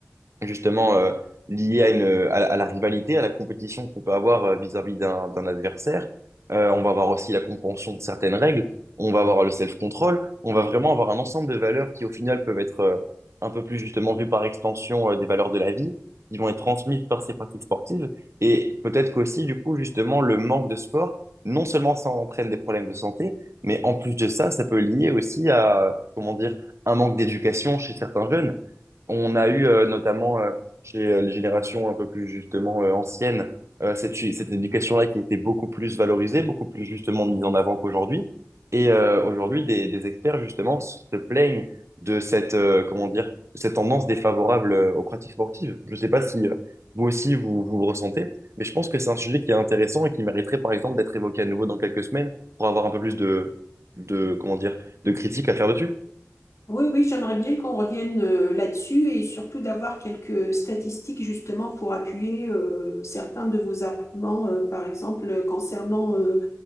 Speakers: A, on the right; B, on the left.
A: justement euh, lié à une à, la à la rivalité, à la compétition qu'on peut avoir euh, vis-à-vis d'un d'un adversaire. Euh, on va avoir aussi la compréhension de certaines règles, on va avoir le self-control, on va vraiment avoir un ensemble de valeurs qui au final peuvent être euh, un peu plus justement vues par extension euh, des valeurs de la vie, qui vont être transmises par ces pratiques sportives et peut-être qu'aussi du coup justement le manque de sport Non seulement ça entraîne des problèmes de santé, mais en plus de ça, ça peut lier aussi à, comment dire, un manque d'éducation chez certains jeunes. On a eu euh, notamment euh, chez euh, les générations un peu plus justement euh, anciennes euh, cette, cette éducation-là qui était beaucoup plus valorisée, beaucoup plus justement mise en avant qu'aujourd'hui. Et euh, aujourd'hui, des, des experts justement se plaignent de cette euh, comment dire de cette tendance défavorable euh, aux pratiques sportives. Je ne sais pas si euh, vous aussi vous, vous le ressentez, mais je pense que c'est un sujet qui est intéressant et qui mériterait par exemple d'être évoqué à nouveau dans quelques semaines pour avoir un peu plus de de comment dire de critiques à faire dessus.
B: Oui, oui, j'aimerais bien qu'on revienne euh, là-dessus et surtout d'avoir quelques statistiques justement pour appuyer euh, certains de vos arguments, euh, par exemple euh, concernant euh,